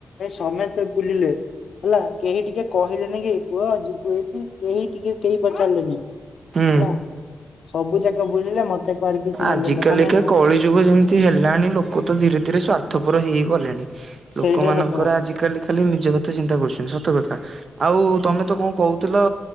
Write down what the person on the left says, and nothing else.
ଏ ସମେତେ ବୁଲିଲେ ହେଲା କେହି ଟିକେ କହିଲେନି କି ପୁଅ ଯିବୁ ଏଇଠି କେହି ଟିକେ କେହି ପଚାରିଲେନି।
ହେଲା ସବୁ ଯାକ ବୁଲିଲେ। କୁଆଡେ କିଛି
ନେଲେନି
ମାନେ ମୁଁ
ସେଇଟା
ସତ କଥା